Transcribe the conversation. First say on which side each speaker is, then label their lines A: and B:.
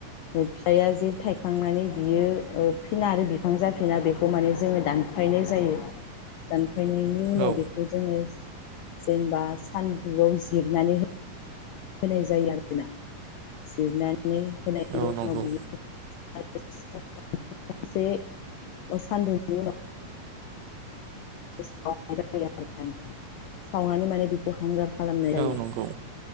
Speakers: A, on the left (about 85°); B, on the right (about 80°).
A: फिथाइया जे थायखांनानै बियो ओ फिना आरो बिफां जाफिना बेखौ जोंङो दानफायनाय जायो दानफायनायनि उनाव
B: औ
A: बेखौ जोंङो जेनेबा सान्दुआव जिरनानै हो होनाय जायो आरो ना जिरना माने होनायनि
B: औ
A: उनाव
B: नंगौ
A: बियो <inaudible> से सानदुंनि <inaudible> सावनानै माने बेखौ हांगार खालामनाय जायो।
B: औ नंगौ